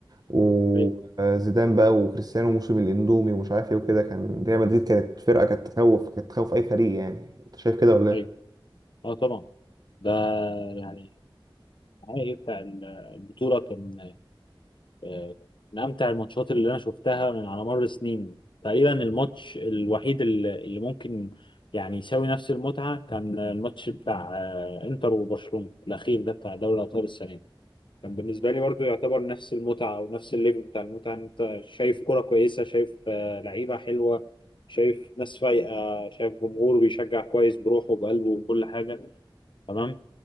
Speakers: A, on the right; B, on the left.
A: وزيدان
B: ايوه
A: بقى وكريستيانو موسم الاندومي ومش عارف ايه وكده كان ريال مدريد
B: مم.
A: كانت فرقه كانت تخوف كانت تخوف اي فريق يعني انت شايف كده ولا
B: ايوه
A: ايه؟
B: اه طبعا ده يعني النهائي بتاع البطولة كان آه، من امتع الماتشات اللي انا شفتها من على مر السنين تقريبا الماتش الوحيد اللي اللي ممكن يعني يساوي نفس المتعه كان الماتش بتاع آه، انتر وبرشلونه الاخير ده بتاع دوري الابطال السنه دي كان بالنسبه لي برضو يعتبر نفس المتعه او نفس الليفل بتاع المتعه ان انت شايف كره كويسه شايف آه، لعيبه حلوه شايف ناس فايقه شايف جمهور بيشجع كويس بروحه وبقلبه وكل حاجه تمام